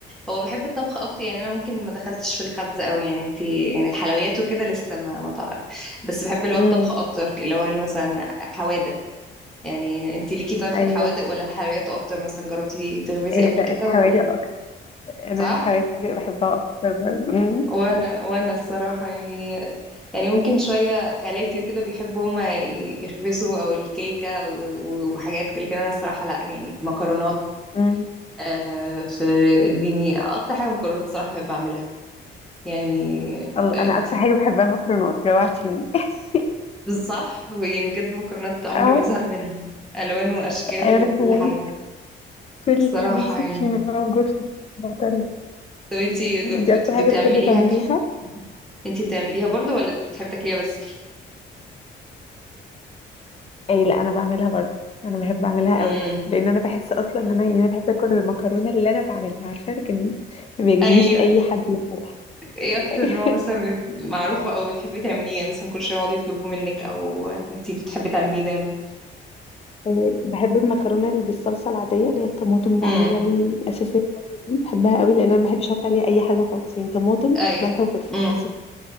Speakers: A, in the centre; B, on the left.
A: هو بحب الطبخ أكتر يعني أنا ممكن ما دخلتش في الخبز أوي يعني انتي يعني الحلويات وكده لسه ما ما تعرف بس بحب اللي هو
B: امم
A: الطبخ أكتر اللي هو مثلا حوادق يعني انتي ليكي طيب في
B: ايوه
A: الحوادق ولا الحلويات أكتر مثلا جربتي تخبزي
B: ايه
A: قبل
B: ده
A: كده
B: الحوادق
A: ولا
B: اكتر انا
A: صح؟
B: الحوادق بحبها اكتر برضه امم
A: وانا وانا الصراحه يعني يعني ممكن شويه خالاتي وكده بيحبوا هما ي- يخبزوا او الكيكه و- و- وحاجات كده لكن انا الصراحه لا يعني مكرونات
B: امم
A: آه، في اديني اكتر حاجه مكرونات الصراحه بحب اعملها يعني
B: الله
A: انتي
B: انا اكتر حاجة بحبها المكرونات جوعتيني <laughs>
A: صح يعني بجد المكرونات عمري
B: اه
A: ما زهق منها الوان واشكال
B: ايوه
A: وكل
B: انا كمان
A: حاجه
B: كل
A: الصراحه
B: اللي نفسي
A: يعني
B: فيه موجود في المطر
A: طب انتي ج- بت-
B: دي اكتر حاجة
A: بتعمليها
B: بتحبي تعمليها
A: ك... انتي بتعمليها برضو ولا بتحبي تاكليها بس
B: اي لا انا بعملها برضه انا بحب اعملها
A: مم.
B: قوي لان انا بحس اصلا ان انا يعني انا بحب اكل المكرونه اللي انا بعملها عارفه لكن ما بيعجبنيش
A: ايوه
B: اي حد ياكلها
A: ايه اكتر
B: <laughs>
A: نوع مثلا بت... معروفة او بتحبي تعمليه يعني مثلا كل شوية يقعدوا يطلبوه منك او انتي بتحبي تعمليه دايما
B: يعني بحب المكرونه اللي بالصلصه العاديه اللي هي الطماطم العاديه
A: امم
B: الاساسيه خالص دي بحبها قوي لان انا ما بحبش احط عليها اي حاجه خالص يعني طماطم
A: ايوه
B: ملح وفلفل
A: امم
B: بس مش